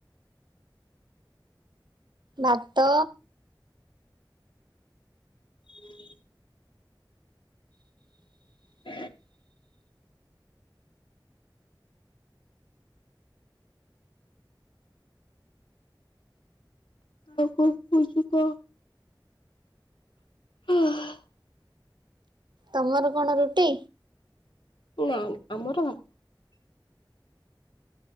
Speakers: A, on the right; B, on the left.
A: ଭାତ
B: ହୁଁ। ହ ଆଉ କଣ କହୁଛୁ କହ? <inaudible>
A: ତମର କଣ ରୁଟି?
B: ନା ନା ଆମର ଭା